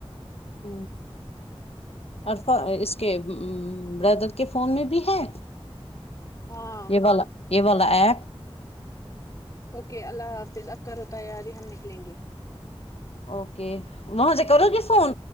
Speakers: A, on the left; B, on the left.
A: ہ اور اس کے بردر کے فون میں بھی ہے
B: ہاں
A: یہ والا یہ والا ایپ
B: اوکے اللہ حافظ ا ہوتا ہے یار یہ ہم نکلیں گے
A: اوکے وہاں سے کرو گے فون